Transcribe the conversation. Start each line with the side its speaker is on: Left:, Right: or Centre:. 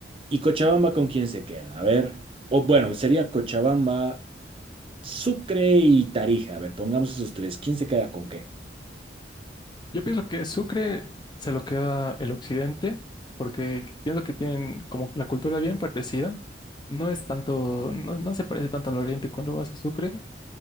Right: ¿y Cochabamba con quién se queda? A ver, o bueno, sería Cochabamba, Sucre y Tarija. A ver, pongamos esos tres. ¿Quién se queda con qué?
Left: Yo pienso que Sucre se lo queda el Occidente porque pienso que tienen como la cultura bien parecida. No es tanto, no, no se parece tanto al Oriente cuando vas a Sucre.